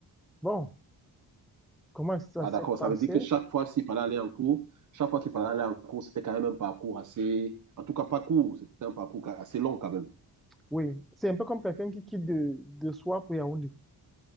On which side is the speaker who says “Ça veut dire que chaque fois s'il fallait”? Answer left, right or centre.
Right